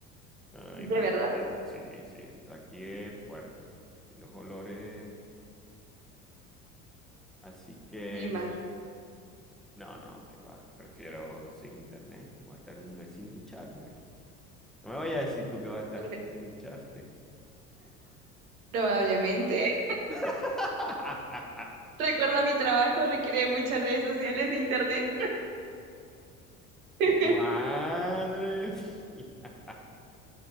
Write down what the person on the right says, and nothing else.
de
verdad,
me imagino.
prob-
Probablemente.
Recuerda, mi trabajo requiere de muchas redes sociales e internet. <laughs>